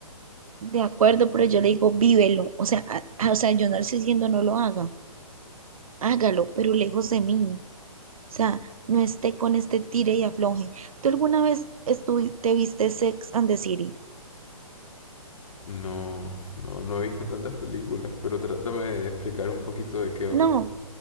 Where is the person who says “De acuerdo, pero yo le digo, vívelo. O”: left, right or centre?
Right